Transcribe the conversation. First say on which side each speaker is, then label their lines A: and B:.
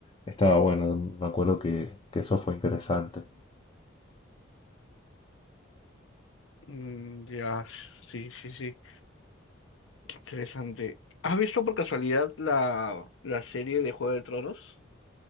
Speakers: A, on the left; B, on the left.
A: Estaba bueno, me acuerdo que, que eso fue interesante.
B: Mm, ya, sí, sí, sí. Interesante. ¿Has visto por casualidad la, la serie de Juego de Tronos?